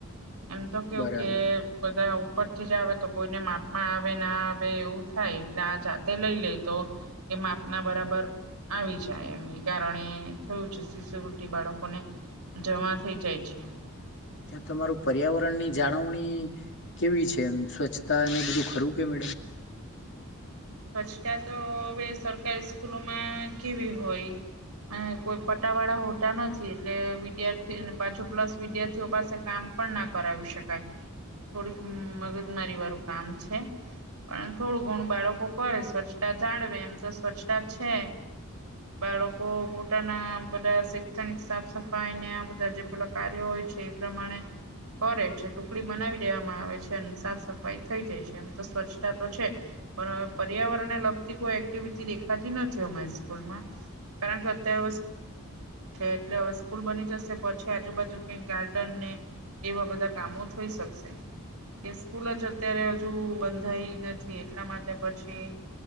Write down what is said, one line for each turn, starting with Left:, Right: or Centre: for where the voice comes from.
Right: એમ તો કેવું
Left: બરાબર
Right: કે બધા ઉપરથી જ આવે તો કોઈને માપમાં આવે ના આવે એવું થાય એટલે આ જાતે લઈ લે તો એ માપના બરાબર આવી જાય એમ એ કારણે થયું છે શિશુવૃિ બાળકોને જમા થઇ જાય છે
Left: ત્યા તમારું પર્યાવરણ ની જાળવણી કેવી છે એ સ્વચ્છતા ને બધું ખરું કે <unintelligible>
Right: સ્વચ્તા તો હવે સરકારી સ્કૂલોમાં કેવી હોય અ કોઈ પટાવાળા હોતા નથી એટલે વિદ્યાર્થી પાછો પ્લસ વિદ્યાર્થીઓ પાસે કામ પણ ના કરાવી શકાય એ થોડીક મગજમારી વાળું કામ છે પણ થોડું ઘણું બાળકો કરે સ્વચ્છતા જાળવે એમ તો સ્વચ્છતા છે બાળકો પોતાના બધા શિકક્ષણિક સાફ સફાઈને બધા જે પેલા કાર્યો હોય છે એ પ્રમાણે કરે છે ટુકડી બનાવી દેવામાં આવે છે અને સાફ સફાઈ થઈ જાય છે એમ તો સ્વચ્છતા તો છે પણ હવે પર્યાવરણને લગતી કોઈ એક્ટિવિટી દેખાતી નથી અમારી સ્કૂલમાં કારણ સત્યા વવસ્થ છે એટલે હવે સ્કૂલ બની જશે પછી આજુબાજુ કંઈક ગાર્ડન ને એવા બધા કામો થઈ શકશે એ સ્કૂલ જ અત્યારે હજુ બંધાઈ નથી એટલા માટે પછી